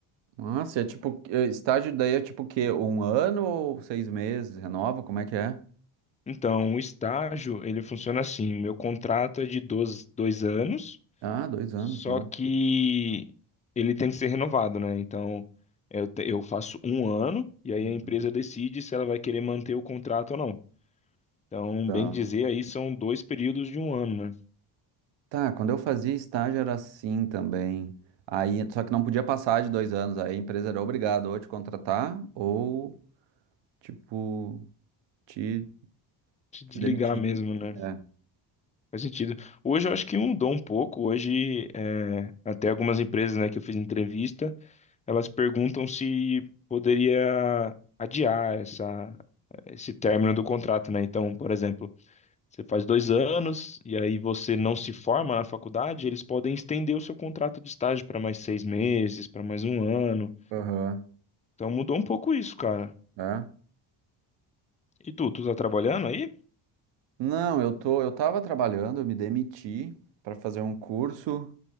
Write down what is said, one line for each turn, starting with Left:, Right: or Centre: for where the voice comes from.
Right: Nossa, é tipo, é, estágio daí é tipo o quê? Um ano ou seis meses? Renova? Como é que é?
Left: Então, o estágio, ele funciona assim: meu contrato é de 12, dois anos.
Right: Ah, dois anos,
Left: Só
Right: bom.
Left: que ele tem que ser renovado, né? Então, eu, te- eu faço um ano e aí
Right: Uhum.
Left: a empresa decide se ela vai querer manter o contrato ou não. Então,
Right: Tá.
Left: bem dizer, aí são dois períodos de um ano, né?
Right: Tá, quando eu fazia estágio era assim também. Aí, só que não podia passar de dois anos. Aí a empresa era obrigada ou a te contratar ou, tipo, te,
Left: Se desligar
Right: te demitir.
Left: mesmo, né?
Right: É.
Left: Faz sentido. Hoje eu acho que mudou um pouco. Hoje, é, até algumas empresas, né, que eu fiz entrevista, elas perguntam se poderia adiar essa, esse término do contrato, né? Então, por exemplo. Você faz dois anos e aí você não se forma na faculdade, eles podem estender o seu contrato de estágio para mais seis meses, para mais um ano.
Right: Aham.
Left: Então mudou um pouco isso, cara.
Right: É.
Left: E tu, tu tá trabalhando aí?
Right: Não, eu tô, eu tava trabalhando, eu me demiti para fazer um curso